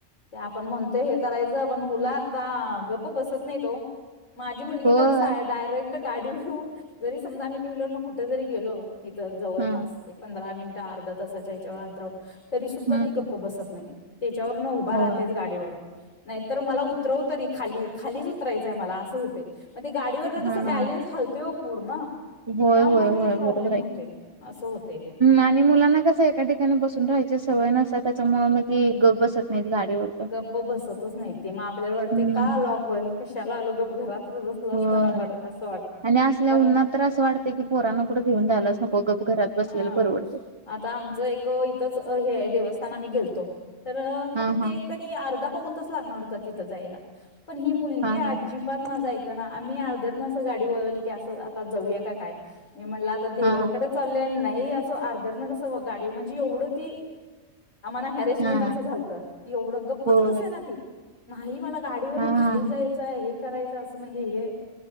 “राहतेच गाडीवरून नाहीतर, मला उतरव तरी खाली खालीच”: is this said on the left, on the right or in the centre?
Left